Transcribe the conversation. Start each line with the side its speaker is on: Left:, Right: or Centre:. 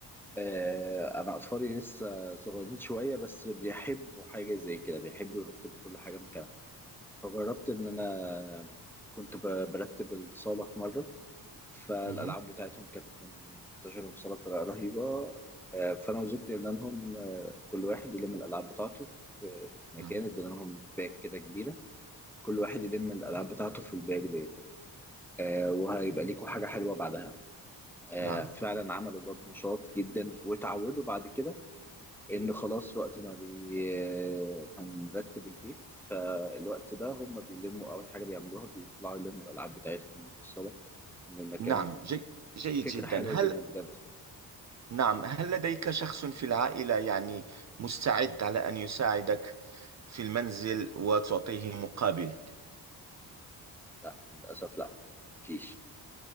Centre: آه، انا اطفالي لسه صغيرين شويه بس بيحبوا حاجه زي كده بيحبوا يرتبوا كل حاجه مكانها فجربت ان انا كنت ب- برتب الصاله في مره فالالعاب
Right: مهم.
Centre: بتاعتهم كانت منتشره في الصاله بطريقه رهيبه آه، فانا وزوجتي قلنا لهم آه، كل واحد يلم الالعاب بتاعته في في مكان
Right: نعم
Centre: ادينا لهم باك كده كبيره كل واحد يلم الالعاب بتاعته في الباك ديت آه، وهيبقى ليكوا حاجه حلوه بعدها آه،
Right: نعم
Centre: فعلا عملوا ده بنشاط جدا وتعودوا بعد كده ان خلاص وقت ما بي آه، هنرتب البيت فالوقت ده هم بيلموا اول حاجه بيعملوها بيطلعوا يلموا الالعاب بتاعتهم من الصاله من المكان
Right: نعم جي جيد
Centre: فكره
Right: جدا
Centre: حلوه
Right: هل
Centre: جدا بجد
Right: نعم هل لديك شخص في العائلة يعني مستعد على أن يساعدك في المنزل وتعطيه مقابل
Centre: لا للاسف لا مفيش